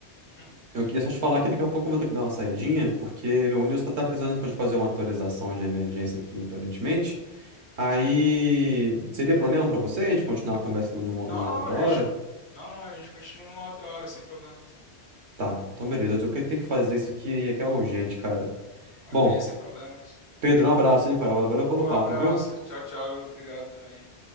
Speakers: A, on the left (about 65°); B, on the right (about 75°).
A: Uhum.
B: eu queria só te falar que daqui a pouco eu vou ter que dar uma saidinha, porque meu Windows tá, tá precisando de fazer uma atualização de emergência aqui, aparentemente. Aí,
A: Uhum.
B: seria problema pra você a gente continuar a conversa numa,
A: Não,
B: numa
A: não,
B: outra
A: a
B: hora?
A: gente. Não, não, a gente continua numa outra hora, sem problemas.
B: Tá, então beleza. Eu tenho que fazer isso aqui e aqui é urgente, cara.
A: Ok,
B: Bom,
A: sem problemas.
B: Pedro, um abraço aí, cara. Valeu pelo
A: Um
B: papo,
A: abraço.
B: viu?
A: Tchau, tchau, viu? Obrigado também.